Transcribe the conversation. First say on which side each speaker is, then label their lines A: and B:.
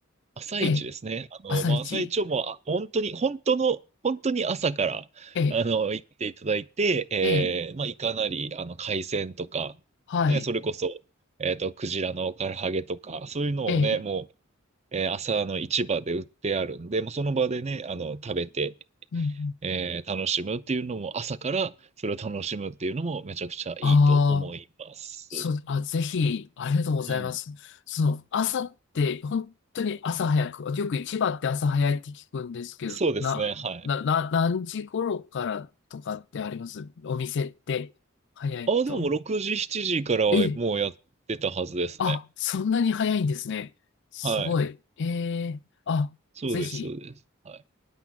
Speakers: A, on the right; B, on the left.
A: 朝一ですね。
B: え、
A: あの、
B: 朝一。
A: まあ、朝一をもう、あ本当に、本当の、本当に朝から、
B: え、
A: あの、行っていただいて、えーまあ、
B: え、
A: いかなり、あの、海鮮とか、
B: はい。
A: ね、それこそ、えっと、クジラの唐揚げとか、そういうのをね、
B: え、
A: もう、えー朝の市場で売ってあるんで、もうその場でね、あの、食べて、
B: うん、うん。
A: えー楽しむっていうのも、朝からそれを楽しむっていうのも、めちゃくちゃいいと思います。
B: ああ、そう、あ、ぜひ、ありがとうございます。
A: うん。
B: その、朝って、本当に朝早く、よく市場って朝早いって聞くんですけど、
A: そうですね、
B: な、
A: はい。
B: な、な、何時頃からとかってありますお店って、早いと。
A: ああ、でももう6時、7時からはもうやってたはずですね。
B: えあ、そんなに早いんですね。すごい。
A: はい。
B: ええあ、
A: そうです、
B: ぜひ、
A: そうです。は